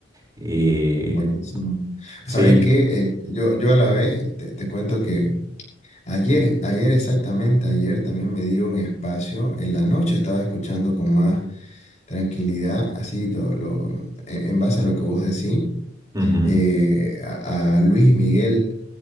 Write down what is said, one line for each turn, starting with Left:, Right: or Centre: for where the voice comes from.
Right: Y
Left: Buenísimo.
Right: sí,
Left: ¿Sabes qué? Eh, yo, yo a la vez te, te cuento que ayer, ayer exactamente, ayer también me dio un espacio en la noche, estaba escuchando con más Tranquilidad, así todo, lo, en en base a lo que vos decís,
Right: ujú,
Left: eh, a, a Luis Miguel.